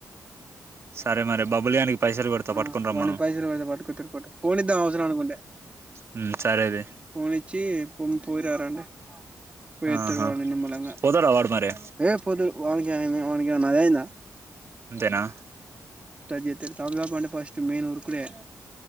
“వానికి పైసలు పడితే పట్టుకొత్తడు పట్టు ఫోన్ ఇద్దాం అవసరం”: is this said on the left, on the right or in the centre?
Right